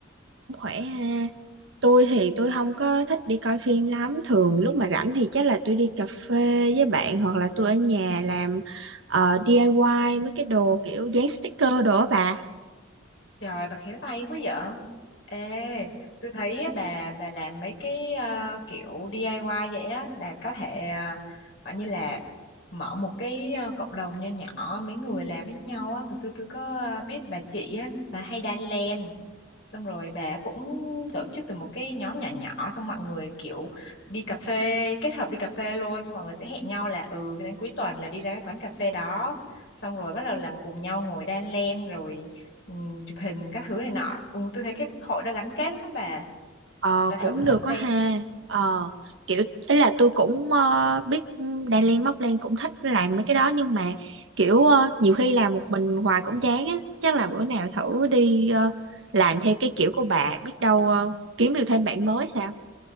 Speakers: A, on the right; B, on the left.
A: Cũng khỏe ha. Tôi thì tôi không có thích đi coi phim lắm, thường lúc mà rảnh thì chắc là tôi đi cà phê với bạn hoặc là tôi ở nhà làm ờ, DIY mấy cái đồ kiểu dán sticker đồ á bà.
B: Trời bà khéo tay quá vợ. Ê, tôi thấy á, bà bà làm mấy cái ờ, kiểu DIY vậy á, bà có thể ờ, gọi như là mở một cái ờ, cộng đồng nho nhỏ mấy người làm với nhau á. Hồi xưa tôi có ờ, biết bà chị á, bà hay đan len xong rồi bà cũng tổ chức được một cái nhóm nhỏ nhỏ xong mọi người kiểu đi cà phê kết hợp đi cà phê luôn xong mọi người sẽ hẹn nhau là ừ đến cuối tuần là đi ra cái quán cà phê đó xong rồi bắt đầu là cùng nhau ngồi đan len rồi ừm, chụp hình các thứ này nọ ừ, tôi thấy cái hội đó gắn kết lắm bà
A: Ờ
B: bà thử
A: cũng
B: thử
A: được có
B: xem
A: ha. Ờ kiểu ấy là tôi cũng ờ, biết Đan Lan Móc Lan cũng thích làm mấy cái đó nhưng mà kiểu ờ, nhiều khi làm một mình hoài cũng chán á, chắc là bữa nào thử đi ờ, làm theo cái kiểu của bà, biết đâu ờ, kiếm được thêm bạn mới sao?